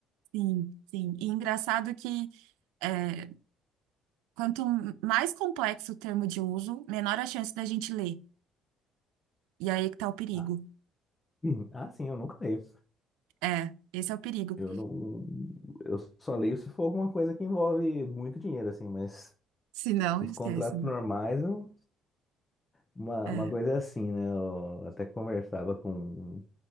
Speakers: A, on the right; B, on the left.
A: Sim, sim. E engraçado que. é, Quanto mais complexo o termo de uso, menor a chance da gente ler. E aí é que tá o perigo.
B: Ah, <clears throat> hum, ah, sim, eu nunca leio
A: É, esse é o perigo.
B: Eu não. Eu só leio se for alguma coisa que envolve muito dinheiro, assim, mas
A: Se não,
B: os
A: esquece,
B: contratos
A: né?
B: normais, eu- uma,
A: É.
B: uma coisa é assim, né? Eu até conversava com.